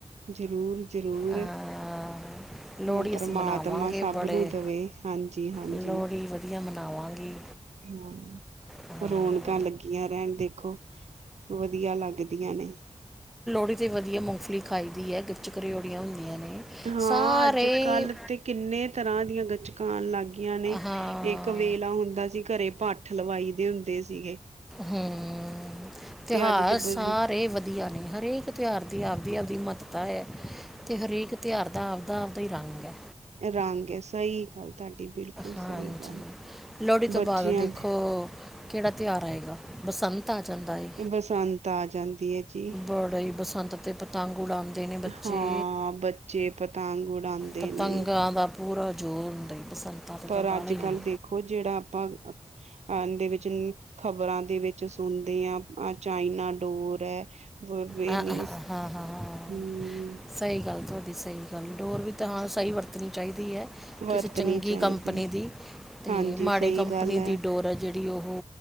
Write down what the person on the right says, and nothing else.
ਜ਼ਰੂਰ। ਜ਼ਰੂਰ
ਹ ਪਰਮਾਤਮਾ
ਸਭ
ਨੂੰ ਦੇਵੇ ਹਾਂਜੀ ਹਾਂਜੀ
ਹਾਂ
ਰੌਣਕਾਂ ਲੱਗੀਆਂ ਰਹਿਣ ਦੇਖੋ। ਵਧੀਆ ਲੱਗਦੀਆਂ ਨੇ।
ਹਾਂ
ਅੱਜ ਕੱਲ੍ਹ ਤੇ ਕਿੰਨੇ ਤਰ੍ਹਾਂ ਦੀਆਂ ਗੱਚ ਕਾਂ ਆਂ ਲੱਗ ਨੇ
ਇਹ ਵੇਲਾ ਹੁੰਦਾ ਸੀ ਘਰੇ ਭੱਠ ਲਵਾਈ ਹੁੰਦੇ ਸੀ ਗੇ।
ਅੱਜ ਤੇ ਬ
ਰੰਗ ਸਹੀ ਗੱਲ ਤੁਹਾਡੀ ਬਿਲਕੁਲ
ਸਹੀ ਗੱਲ
ਬੱਚਿਆਂ
ਦੀ
ਬਸੰਤ ਆ ਜਾਂਦੀ ਹੈ। ਜੀ
ਹਾਂ ਬੱਚੇ ਪਤੰਗ ਉਡਾਉਂਦੇ
ਨੇ
ਪਰ
ਅੱਜ
ਕੱਲ੍ਹ ਦੇਖੋ ਜਿਹੜਾ ਆਪਾਂ। ਅਦੇ ਵਿੱਚ ਖ਼ਬਰਾਂ ਦੇ ਵਿੱਚ ਸੁਣਦੇ ਹ ਅ ਚਾਈਨਾ ਡੋਰ ਹੈ ਵਰ ਵਨੀ
ਹਮ
ਵਰਤਣੀ
ਚਾਹੀਦੀ
ਹਾਂਜੀ
ਸਹੀ
ਗੱਲ